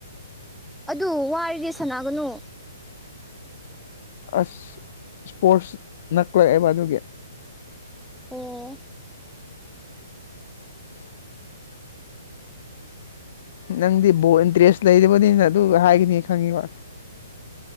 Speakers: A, in the centre; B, on the left.
A: ꯑꯗꯨ ꯋꯥꯔꯗꯤ ꯁꯟꯅꯥꯒꯅꯨ
B: ꯑꯁ ꯁ꯭ꯄꯣꯔꯠꯁ ꯅꯛꯂꯛꯑꯦꯕ ꯑꯗꯨꯒꯤ
A: ꯑꯣ
B: <inaudible> ꯅꯪꯗꯤ ꯕꯣꯜ ꯏꯟꯇꯔꯦꯁ ꯂꯩꯔꯤꯕꯅꯤꯅ ꯑꯗꯨ ꯍꯥꯏꯒꯅꯤ ꯈꯪꯉꯤꯕ